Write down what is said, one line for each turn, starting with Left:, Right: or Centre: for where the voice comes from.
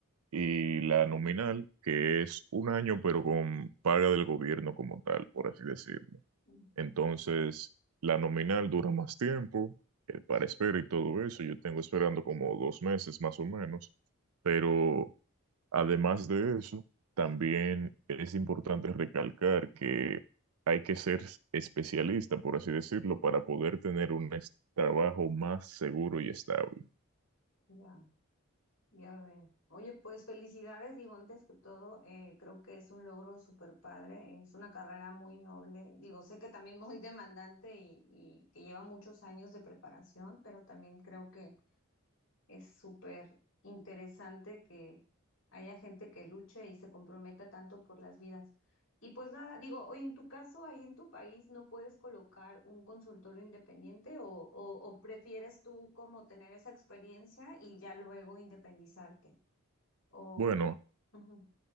Right: y la nominal, que es un año pero con paga del gobierno como tal, por así decirlo.
Left: ujú,
Right: Entonces, la nominal dura más tiempo eh, para espera y todo eso. Yo tengo esperando como dos meses más o menos. Pero además de eso, también es importante recalcar que hay que ser especialista, por así decirlo, para poder tener un es- trabajo más seguro y estable.
Left: Ya. Ya veo. Oye, pues felicidades, digo, antes que todo, eh, creo que es un logro súper padre, es una carrera muy noble, digo, sé que también <laughs> muy demandante y, y que lleva muchos años de preparación, pero también creo que es súper interesante que haya gente que luche y se comprometa tanto por las vidas. Y pues nada, digo, o en tu caso, ahí en tu país, ¿no puedes colocar un consultorio independiente o, o o prefieres tú como tener esa experiencia y ya luego independizarte? O,
Right: Bueno,
Left: co- ujú.